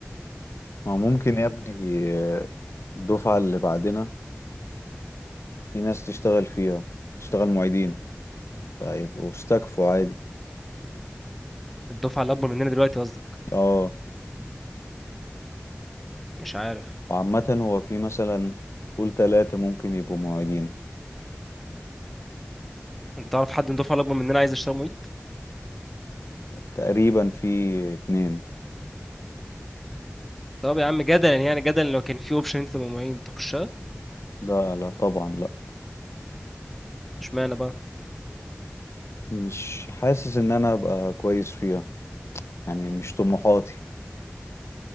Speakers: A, on the left; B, in the centre.
A: ما ممكن يا ابني آه، الدفعة اللي بعدنا في ناس تشتغل فيها تشتغل معيدين فيبقوا استكفوا عادي
B: الدفعه الاكبر مننا دلوقتي قصدك
A: اه
B: مش عارف
A: وعامة هو في مثلا قول تلاتة ممكن يبقوا معيدين
B: انت تعرف حد من الدفعه الاكبر مننا عايز يشتغل معيد
A: تقريبا في اتنين
B: طب يا عم جدلا يعني جدلا لو كان في اوبشن انت تبقى معيد تخشها
A: لا لا طبعا لا
B: اشمعنى بقى
A: مش حاسس ان انا ابقى كويس فيها يعني مش طموحاتي